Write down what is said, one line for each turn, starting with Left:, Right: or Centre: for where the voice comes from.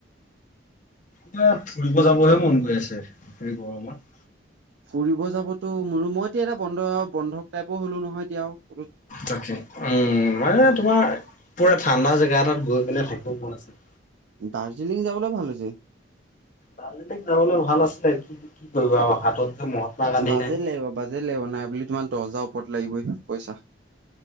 Left: ক'ৰবাত ফুৰিব যাবহে মন গৈ আছে, এই গৰমত
Right: ফুৰিব যাবতো মোৰো মই এতিয়া এটা বন্ধ বন্ধক টাইপৰ হ'লো নহয় এতিয়াও আও
Left: তাকে উম, মানে তোমাৰ পুৰা ঠাণ্ডা জেগা এটাত গৈ পিনে থাকিব মন আছে।
Right: দাৰ্জিলিং যাবলৈ ভাল হৈছে।
Left: দাৰ্জিলিং যাবলৈ ভাল আছিলে, কিন্তু কি কৰিবা আও হাতত যে মহাত্মা গান্ধী
Right: বাজেট
Left: নাই।
Right: লাগিব, বাজেট লাগিব, নাই বুলি তোমাৰ দহ হাজাৰৰ ওপৰত লাগিব পইচা।